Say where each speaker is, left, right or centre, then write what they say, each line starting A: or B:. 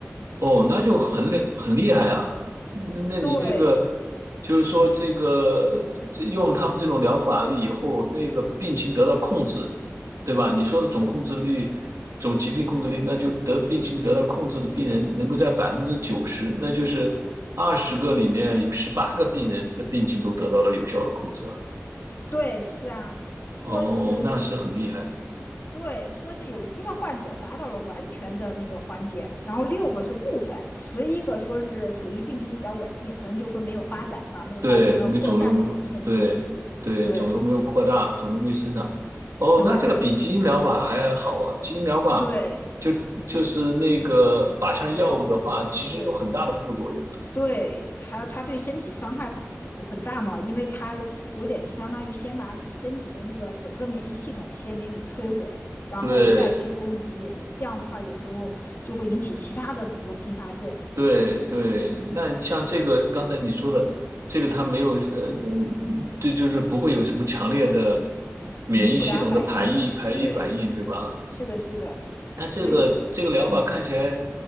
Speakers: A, on the right; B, on the left.
A: 哦，那就很厉很厉害啊！那那你这个
B: 对
A: 就是说，这个这这用了他们这种疗法了以后，那个病情得到控制，对吧？你说的总控制率、
B: 对
A: 总疾病控制率，那就得病情得到控制的病人能够在百分之九十，那就是二十个里面有十八个病人的病情都得到了有效的控制了。
B: 对，是啊，说是
A: 哦，那是很厉害。
B: 对，说是有一个患者达到了完全的那个缓解，然后六个是部分，十一个说是属于病情比较稳定，可能就说没有发展嘛，没有发展到扩散那种程度。
A: 对，没肿瘤没有，对对，
B: 对
A: 肿瘤没有扩大，肿瘤没生长。哦，
B: 对
A: 那这个比基因疗法还好啊。基因疗法就就是那个靶向药物的话，
B: 对，
A: 其实有很大的副作用的。
B: 是。对它，它对身体伤害很普很大嘛，因为它有点相当于先把你身体的那个整个免疫系统先给你摧毁，然后再去攻击，
A: 对
B: 这样的话有时候就会引起其他的很多并发症，
A: 对对，
B: 嗯
A: 那像这个刚才你说的，这个它没有呃，这就是不会有什么强烈的免疫系统的排异排异反应，
B: 嗯，不良反应。对，
A: 对吧？
B: 是的，是的，
A: 那这个这个疗法看起来
B: 所以嗯，